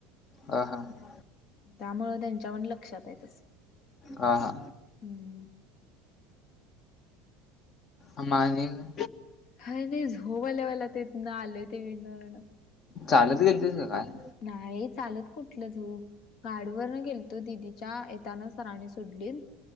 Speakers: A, on the left; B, on the left.
A: हा हा
B: त्यामुळं त्यांच्या पण लक्षात आहे तसं.
A: हा हा.
B: हम्म.
A: अमानिलला
B: काय नाही झोप आल्या मला तिथनं आलोय ते विणार वरनं.
A: चालत गेलतीस का काय?
B: नाही चालत कुठलं जाऊ गाडीवरनं गेलतो दिदीच्या येताना सरानी तुडलीन